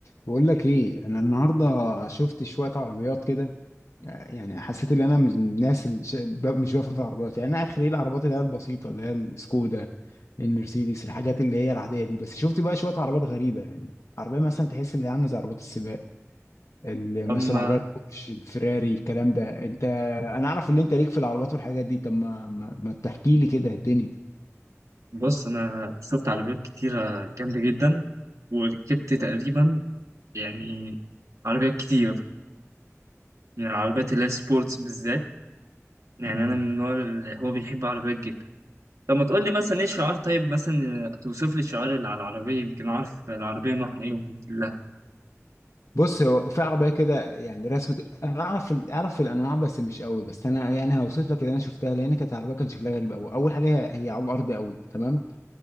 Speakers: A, on the left; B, on the right.
A: بقول لك ايه انا النهارده شفت شويه عربيات كده يعني حسيت ان انا من الناس اللي ش- ب- مش بفهم في العربيات يعني انا اخر ايه العربيات اللي هي البسيطه اللي هي السكودا المرسيدس الحاجات اللي هي العاديه دي بس شفت بقى شويه عربيات غريبه يعني عربيه مثلا تحس ان هي عامله زي عربيات السباق اللي مثلا
B: أما
A: عربيه بورش فراري الكلام ده انت انا اعرف ان انت ليك في العربيات والحاجات دي طب ما ما, ما تحكي لي كده الدنيا
B: بص أنا شفت عربيات كتيرة جامدة جدا وركبت تقريبا يعني عربيات كتير يعني العربيات اللي هي سبورتس بالذات يعني
A: مم.
B: أنا من النوع اللي هو بيحب عربيات جدا طب ما تقول لي مثلا إيه الشعار طيب مثلا توصف لي الشعار اللي على العربية يمكن أعرف العربية نوعها إيه وموديل لها
A: بص هو في عربيه كده يعني رسمة انا اعرف اعرف الانواع بس مش قوي بس انا يعني هوصف لك اللي انا شفتها لان كانت عربيه كان شكلها غريب قوي اول حاجه هي على الارض قوي تمام